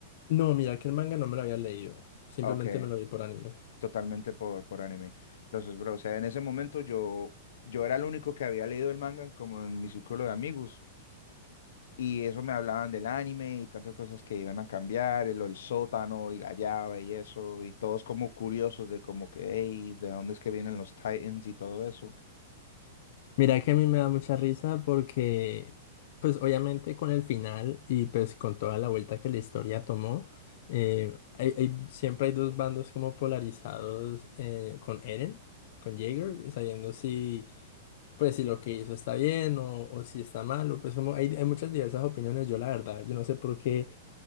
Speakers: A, on the left; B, on the left.
A: No, mira que el manga no me lo había leído, simplemente
B: Ok.
A: me lo vi por anime.
B: totalmente por, por anime. Entonces, bro, o sea, en ese momento yo, yo era el único que había leído el manga como en mi círculo de amigos. Y eso me hablaban del anime y tantas cosas que iban a cambiar, el, el sótano y la llave y eso, y todos como curiosos de como que, hey, ¿de dónde es que vienen los Titans y todo eso?
A: Mira que a mí me da mucha risa porque, pues obviamente con el final y pues con toda la vuelta que la historia tomó, eh, hay- hay- siempre hay dos bandos como polarizados eh, con Eren, con Jaeger, sabiendo si, pues si lo que hizo está bien o, o si está mal, o pues como hay, hay muchas diversas opiniones, yo la verdad, yo no sé por qué.